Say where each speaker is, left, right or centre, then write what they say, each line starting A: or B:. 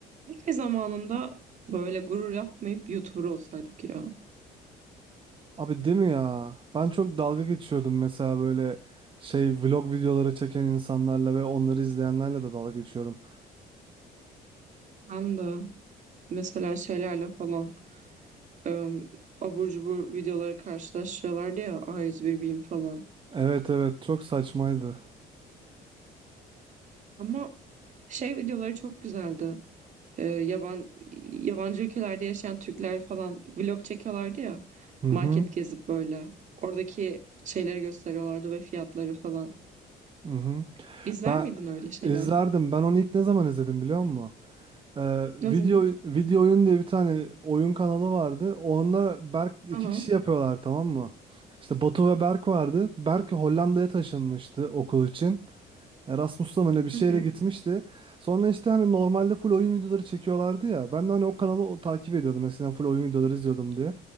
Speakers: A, on the right (about 45°); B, on the right (about 30°).
A: Keşke zamanında böyle gurur yapmayıp YouTuber olsaydık ya.
B: Abi değil mi ya? Ben çok dalga geçiyordum mesela böyle şey vlog videoları çeken insanlarla ve onları izleyenlerle de dalga geçiyordum.
A: Ben de mesela şeylerle falan e, abur cubur videoları karşılaştırıyorlardı ya A101 Beam falan.
B: Evet evet çok saçmaydı.
A: Ama şey videoları çok güzeldi. E, yaban, yabancı ülkelerde yaşayan Türkler falan vlog çekiyorlardı ya.
B: Hı
A: Market
B: hı.
A: gezip böyle. Oradaki şeyleri gösteriyorlardı ve fiyatları falan.
B: Hı hı.
A: İzler
B: Ben
A: miydin öyle şeyler?
B: izlerdim. Ben onu ilk ne zaman izledim biliyor musun? Ee, video
A: Ne zaman?
B: video oyun diye bir tane oyun kanalı vardı. Onlar Berk iki
A: Aha.
B: kişi yapıyorlar tamam mı? İşte Batu ve Berk vardı. Berk Hollanda'ya taşınmıştı okul için. Erasmus'ta mı ne bir şeyle
A: Hı hı.
B: gitmişti. Sonra işte hani normalde full oyun videoları çekiyorlardı ya. Ben de hani o kanalı o- takip ediyordum eskiden full oyun videoları izliyordum diye.